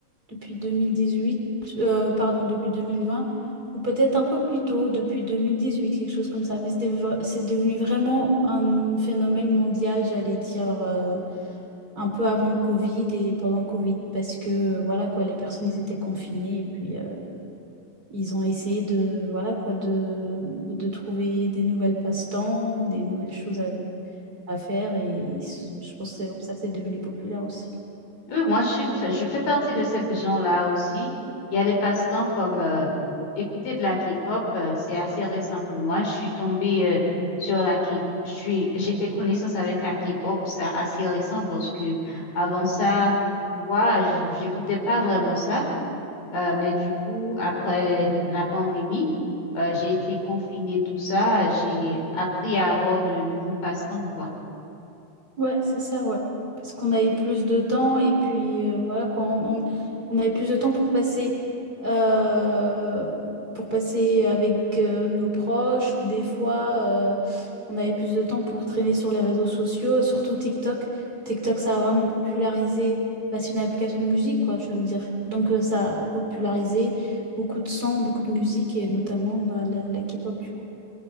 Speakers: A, on the right (about 25°); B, on the left (about 75°).
A: depuis 2018, euh, pardon, depuis 2020, ou peut-être un peu plus tôt, depuis 2018, quelque chose comme ça. Mais c'était vra- c'est devenu vraiment un phénomène mondial, j'allais dire, euh, un peu avant le Covid et pendant le Covid, parce que, euh, voilà quoi, les personnes, ils étaient confinées et puis euh, ils ont essayé de, voilà quoi, de, de trouver des nouvelles passe-temps, des nouvelles choses à, à faire et s- je pense que c'est comme ça que c'est devenu populaire aussi.
B: Oui, moi, je suis, je fais partie de ces gens-là aussi. Il y a des passe-temps comme euh, écouter de la K-pop. euh, c'est assez récent pour moi. Je suis tombée euh, sur la K-pop. Je suis, j'ai fait connaissance avec la K-pop. C'est assez récent parce que avant ça, tu vois, j- j'écoutais pas vraiment ça. Euh, mais du coup, après la pandémie, euh, j'ai été confinée, tout ça. J'ai appris à avoir de nouveaux passe-temps, quoi.
A: Ouais, c'est ça, ouais. Parce qu'on avait plus de temps et puis euh, voilà, quoi, on, on, on avait plus de temps pour passer, euh, pour passer avec euh, nos proches ou des fois, euh, on avait plus de temps pour traîner sur les réseaux sociaux, surtout TikTok. TikTok, ça a vraiment popularisé, bah, c'est une application de musique, quoi, tu vas me dire. Donc euh, ça a popularisé beaucoup de sons, beaucoup de musique et notamment bah, la, la K-pop, du coup.